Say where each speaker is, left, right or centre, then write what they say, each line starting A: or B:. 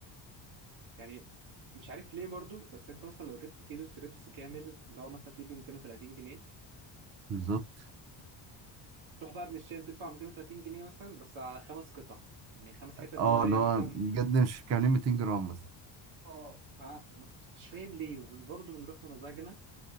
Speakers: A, on the right; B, on the right.
A: يعني مش عارف ليه برضو بس انت مثلا لو جبت كيلو ستريبس كامل اللي هو مثلا تجيب 230 جنيه
B: بالظبط
A: تروح بقى ابن الشام تدفع 230 جنيه مثلا بس على خمس قطع يعني خمس حتت دي
B: اه
A: اللي هي
B: اللي هو
A: مثلا
B: بجد مش كاملين 200 جرام مثلا
A: اه فمش فاهم ليه وبرضه بنروح بمزاجنا